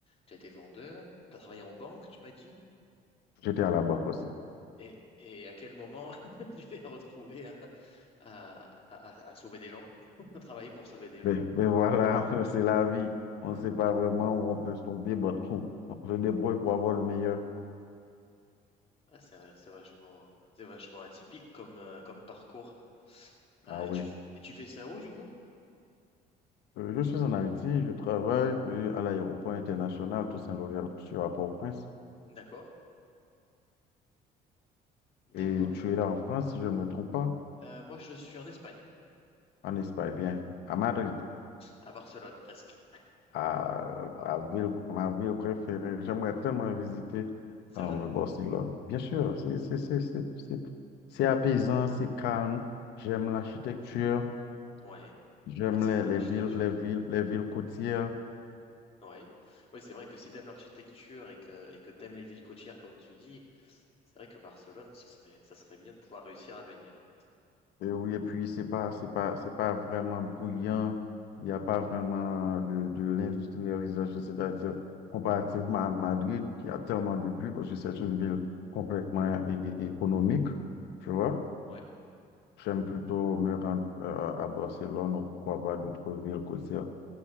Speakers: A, on the left (about 35°); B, on the left (about 80°).
A: tu étais vendeur, tu as travaillé en banque, tu m'as dit.
B: J'étais à la barre aussi.
A: Et, et à quel moment <laughs> tu t'es retrouvé à, à, à- à sauver des gens, <laughs> à travailler pour sauver des gens?
B: Mais, mais voilà, <laughs> c'est la vie. On ne sait pas vraiment où on peut se tomber, mais on, on se débrouille pour avoir le meilleur.
A: Ah, c'est, c'est vachement, c'est vachement atypique comme, euh, comme parcours. Euh,
B: Ah
A: et
B: oui.
A: tu, f- et tu fais ça où du coup?
B: Euh, Je suis en Haïti, je travaille euh, à l'aéroport international Toussaint Louverture à Port-au-Prince.
A: D'accord, d'accord.
B: Et tu es en France, si je ne me trompe pas,
A: Euh, moi, je suis en Espagne,
B: en Espagne, bien, à Madrid,
A: à Barcelone presque.
B: à, à ville, ma ville préférée. J'aimerais tellement visiter
A: C'est
B: euh,
A: vrai?
B: le Barcelone. Bien sûr, c'est c'est- c'est- c'est- c'est- c'est apaisant, c'est calme. J'aime l'architecture,
A: Ouais.
B: j'aime
A: Ah, si
B: les,
A: t'aimes
B: les
A: l'architecture,
B: villes, les
A: ouais.
B: villes, les villes côtières.
A: Ouais. Oui, c'est vrai que si t'aimes l'architecture et que, et que t'aimes les villes côtières, comme tu dis, c'est vrai que Barcelone, ça serait, ça serait bien de pouvoir réussir à venir.
B: Et oui, et puis c'est pas, c'est pas, c'est pas vraiment brillant. Il n'y a pas vraiment de, de l'industrialisation, c'est-à-dire comparativement à Madrid, qui a tellement de buts, parce que c'est une ville complètement é- é- économique, tu vois.
A: Ouais.
B: J'aime plutôt me rendre euh, à Barcelone ou pourquoi pas d'autres villes côtières